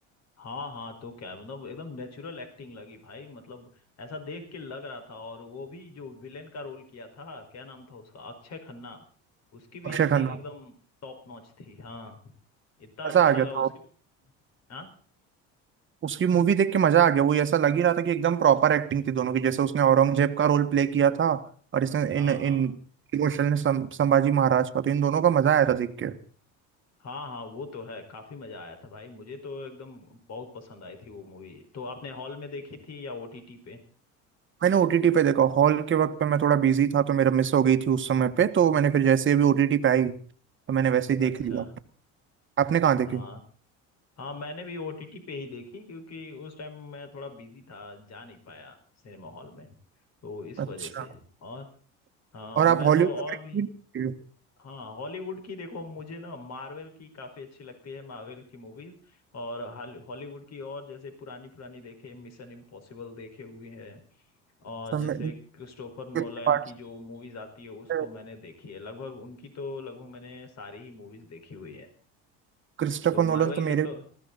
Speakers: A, on the left; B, on the right.
A: हाँ हाँ तो क्या मतलब एकदम नेचुरल एक्टिंग लगी भाई मतलब ऐसा देख के लग रहा था और वो भी जो विलेन का रोल किया था क्या नाम था उसका अक्षय खन्ना उसकी भी
B: अक्षय
A: एक्टिंग
B: खन्ना
A: एकदम टॉप नॉच थी हाँ इतना
B: मजा
A: अच्छा
B: आ
A: लगा
B: गया था
A: उसकी हाँ
B: उसकी मूवी देख के मजा आ गया वो ऐसा लग ही रहा था कि एकदम प्रॉपर एक्टिंग थी दोनों की जैसे उसने औरंगजेब का रोल प्ले किया था और इसने
A: हाँ
B: इन इन
A: हाँ
B: इमोशनल ने सं- संभाजी महाराज का तो इन दोनों का मजा आया था देख के
A: हाँ हाँ वो तो है काफी मजा आया था भाई मुझे तो एकदम बहुत पसंद आई थी वो मूवी तो आपने हॉल में देखी थी या ओटीटी पे
B: मैंने ओटीटी पे देखा हॉल के वक्त पे मैं थोड़ा बिजी था तो मेरा मिस हो गई थी उस समय पे तो मैंने फिर जैसे ही भी ओटीटी पे आई तो मैंने वैसे ही देख
A: अच्छा
B: लिया आपने कहाँ देखी
A: हाँ हाँ मैंने भी ओटीटी पे ही देखी क्योंकि उस टाइम मैं थोड़ा बिजी था जा नहीं पाया सिनेमा हॉल में तो इस
B: अच्छा
A: वजह से और हाँ
B: और आप
A: मैं
B: हॉलीवुड
A: तो और
B: का भी
A: भी
B: देखते हो?
A: हाँ हॉलीवुड की देखो मुझे ना मार्वल की काफी अच्छी लगती है मार्वल की मूवीज और हॉल- हॉलीवुड की और जैसे पुरानी पुरानी देखे मिशन इम्पॉसिबल देखे हुए हैं और
B: तो
A: जैसे
B: मैं- कितने
A: क्रिस्टोफर नोलन
B: parts
A: की जो मूवीज आती है उसको
B: हैं?
A: मैंने देखी है लगभग उनकी तो लगभग मैंने सारी ही मूवीज देखी हुई है
B: क्रिस्टोफर
A: तो मार्वल
B: नोलन तो
A: की
B: मेरे
A: तो